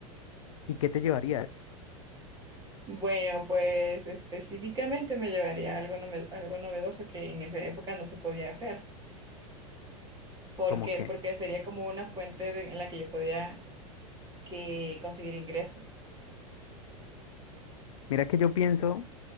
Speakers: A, on the left; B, on the right.
A: y qué te llevarías?
B: Bueno, pues específicamente me llevaría algo, nove- algo novedoso que en esa época no se podía hacer. ¿Por
A: Como
B: qué?
A: que,
B: Porque sería como una fuente de- en la que yo podía que conseguir ingresos.
A: mira que yo pienso,